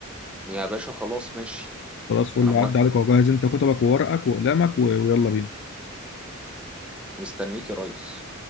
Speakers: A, in the centre; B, on the left.
A: يا باشا خلاص ماشي
B: خلاص فل
A: انا موافق
B: عدى عليك وجهز انت كتبك وورقك وأقلامك و- ويلا بينا
A: مستنيك يا ريس